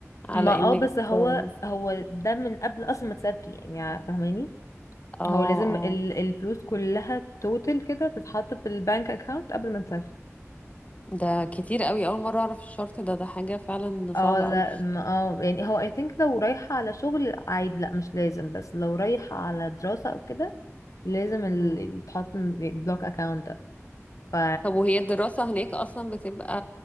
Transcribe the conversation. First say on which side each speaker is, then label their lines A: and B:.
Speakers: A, on the left; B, on the left.
A: على
B: ما اه
A: انك
B: بس هو
A: اه
B: هو ده من قبل اصلا ما تسافري يعني فاهماني
A: اه
B: هو لازم ال- الفلوس كلها توتال كده تتحط في البنك اكاونت قبل ما تسافر
A: ده كتير قوي أول مرة أعرف الشرط ده ده حاجة فعلا صعبة
B: اه لا
A: قوي
B: ما اه يعني هو I think لو رايحة على شغل عادي لا مش لازم بس لو رايحة على دراسة او كده لازم ال-
A: مم.
B: يتحط البلوك اكاونت ده ف
A: طب وهي الدراسة هناك أصلا بتبقى